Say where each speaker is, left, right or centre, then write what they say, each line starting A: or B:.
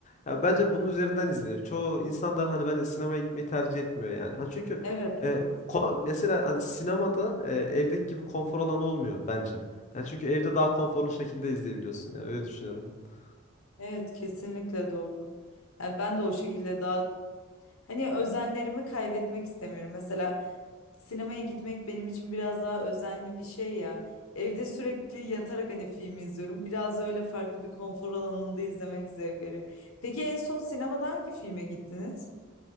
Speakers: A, on the left (about 35°); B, on the left (about 80°).
A: Ya bence bunun üzerinden izleniyor. Çoğu insan da hani bence sinemaya gitmeyi tercih etmiyor yani. Ha çünkü
B: Evet,
A: e,
B: evet.
A: ko- mesela hani sinemada e, evdeki gibi konfor alanı olmuyor bence. Yani çünkü evde daha konforlu şekilde izleyebiliyorsun yani öyle düşünüyorum ben.
B: Evet, kesinlikle doğru. Yani ben de o şekilde daha hani özenlerimi kaybetmek istemiyorum. Mesela sinemaya gitmek benim için biraz daha özenli bir şey ya. Evde sürekli yatarak hani film izliyorum. Biraz da öyle farklı bir konfor alanında izlemek zevk veriyor. Peki en son sinemada hangi filme gittiniz?